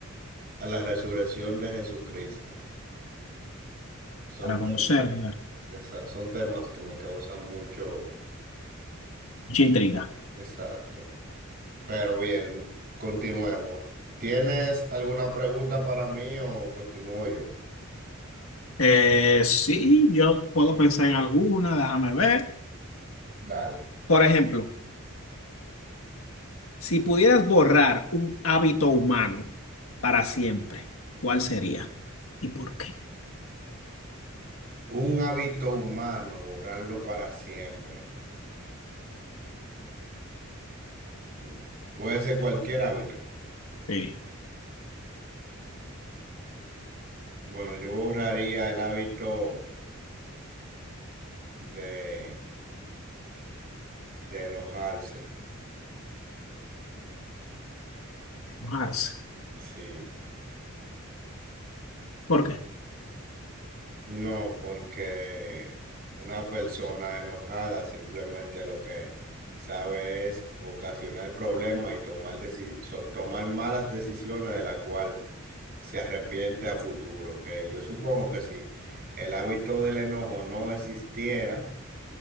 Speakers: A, on the right; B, on the left.
A: a la resurrección de Jesucristo. Son
B: Para
A: temas,
B: conocer, claro.
A: esa- son temas que me causan mucho
B: Mucha intriga.
A: exacto. Pero bien, continuemos. ¿Tienes alguna pregunta para mí o continúo yo?
B: Eh, sí, yo puedo pensar en alguna, déjame ver.
A: Dale.
B: Por ejemplo, si pudieras borrar un hábito humano para siempre, ¿cuál sería? ¿Y por qué?
A: Un hábito humano, borrarlo para siempre. Mm. Puede ser cualquier hábito.
B: Sí.
A: Bueno, yo borraría el hábito de, de enojarse.
B: Enojarse.
A: Sí.
B: ¿Por qué?
A: No, porque una persona enojada simplemente lo que sabe es ocasionar problemas y tomar, deci- so- tomar malas decisiones de la cual se arrepiente a futuro. Que yo supongo que si el hábito del enojo no existiera,